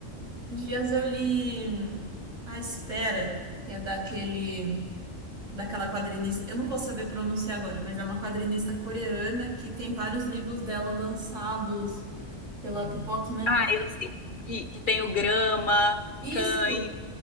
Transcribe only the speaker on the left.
Ah, eu sei que, que tem o Grama,
Cães,